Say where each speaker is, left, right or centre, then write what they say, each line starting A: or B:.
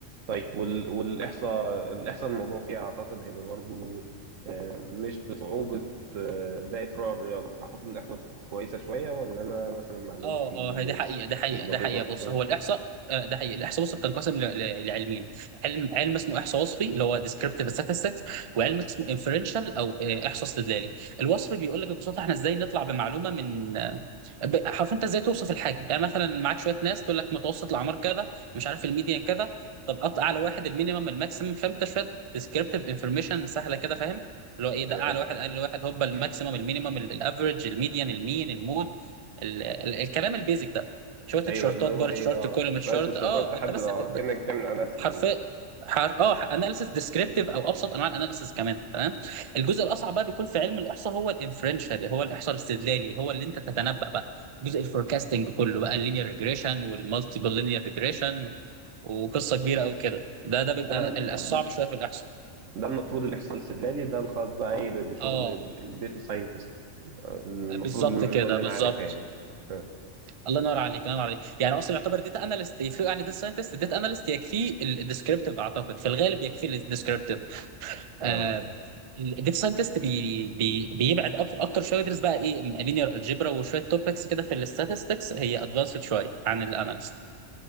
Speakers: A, on the right; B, on the right.
A: طيب وال... والاحصاء الاحصاء الموضوع فيها اعتقد هيبقى برضو آه، مش بصعوبه آه، باقي فروع الرياضه اعتقد الاحصاء كويسه شويه ولا انا مثلا معلومتي
B: اه اه هي دي حقيقة ده حقيقة
A: مش دقيقه
B: ده حقيقة بص
A: آه،
B: هو الإحصاء آه ده حقيقي الإحصاء وصفي بتنقسم ل- ل- لعلمين علم علم اسمه إحصاء وصفي اللي هو descriptive statistics وعلم اسمه inferential أو آه إحصاء استدلالي الوصفي بيقول لك ببساطة احنا إزاي نطلع بمعلومة من آه، ب- حرف أنت إزاي توصف الحاجة يعني مثلا معاك شوية ناس تقول لك متوسط الأعمار كذا مش عارف الميديان كذا طب قط أعلى واحد المينيمم الماكسيمم فأنت شوية descriptive information سهلة كده فاهم اللي هو ايه ده
A: تمام
B: اعلى واحد اقل واحد هوبا الماكسيمم المينيمم الافرج الميديان المين المود ال... ال... الكلام البيزك ده شويه تيشيرتات
A: ايوه اللي هو
B: بار
A: ايه
B: تيشيرت
A: اه
B: كولوم
A: شويه
B: تيشيرت
A: شرطات
B: اه
A: تحدد
B: انت بس
A: اه
B: ب-
A: كانك
B: ب-
A: بتعمل اناليسز
B: حرفيا حر... اه اناليسيس ديسكريبتيف او ابسط انواع الاناليسيس كمان تمام الجزء الاصعب بقى بيكون في علم الاحصاء هو الانفرنشال هو الاحصاء الاستدلالي هو اللي انت تتنبأ بقى جزء الفوركاستنج كله بقى اللينير ريجريشن والمالتيبل لينير ريجريشن وقصه كبيره قوي كده ده ده بيبقى
A: ده أنا-
B: ال- الصعب شويه في الاحصاء
A: ده المفروض اللي يحصل سلالي ده الخاص بقى ايه ب- بشغل
B: اه
A: الداتا ساينتست المفروض
B: بالظبط
A: المعلومه
B: كده
A: اللي
B: بالظبط
A: انا عارفها يعني اه
B: الله ينور عليك الله ينور عليك يعني اصلا يعتبر داتا اناليست يفرق عن داتا ساينتست داتا اناليست يكفيه الديسكريبتيف اعتقد في الغالب يكفيه الديسكريبتيف آه
A: آه.
B: الداتا ساينتست بي بي بيبعد أك- اكتر شويه يدرس بقى ايه لينير الجبرا وشويه توبكس كده في الاستاتستكس هي ادفانسد شويه عن الاناليست